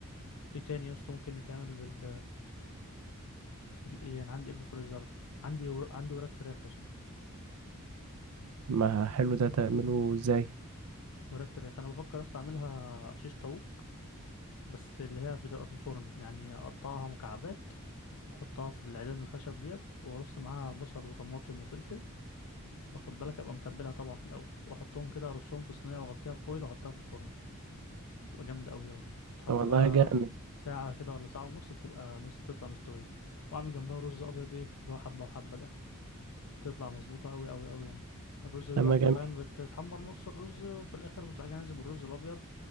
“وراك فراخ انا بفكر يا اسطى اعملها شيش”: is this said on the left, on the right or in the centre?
Left